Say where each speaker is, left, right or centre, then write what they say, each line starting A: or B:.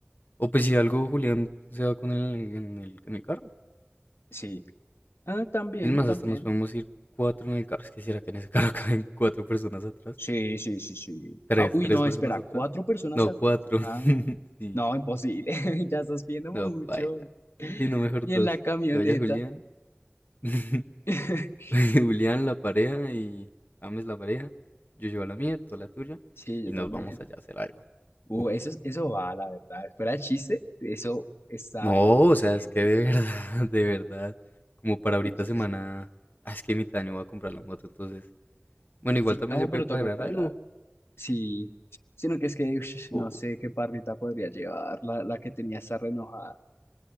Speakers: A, on the left; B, on the left.
A: O pues si algo, Julián se va con él en en el, en el carro.
B: Sí. Ah, también,
A: Es más,
B: también.
A: hasta nos podemos ir cuatro en el carro. Es que si que en ese carro <laughs> caben cuatro personas atrás.
B: Sí, sí, sí, sí.
A: Tres,
B: Ah, uy,
A: tres
B: no,
A: personas
B: espera,
A: atrás.
B: ¿cuatro personas
A: No,
B: altas?
A: cuatro.
B: Ah,
A: <laughs> Sí,
B: no, imposible, <laughs> ya estás pidiendo
A: no,
B: mucho.
A: baila.
B: <laughs>
A: Sí, no, mejor
B: Y
A: dos.
B: en la camioneta.
A: Que vaya Julián. <laughs>
B: <laughs>
A: Julián, la pareja y James, la pareja. Yo llevo la mía, tú la tuya.
B: Sí, yo
A: Y nos
B: también.
A: vamos allá a hacer algo.
B: Uh,
A: Uf.
B: eso, es- eso va, la verdad. Fuera de chiste, eso está
A: No,
B: muy
A: o
B: bueno.
A: sea, es que de verdad, <laughs> de verdad. Como para ahorita
B: Sí, sí,
A: semana.
B: sí.
A: ah, es que mi año va a comprar la moto, entonces. Bueno, igual
B: Sí,
A: también
B: no,
A: se
B: pero
A: puede
B: toca
A: cuadrar
B: cuadrar.
A: algo.
B: Sí, sino que es que ush,
A: Uf,
B: no sé qué parrita podría llevar, la, la que tenía esa renojada.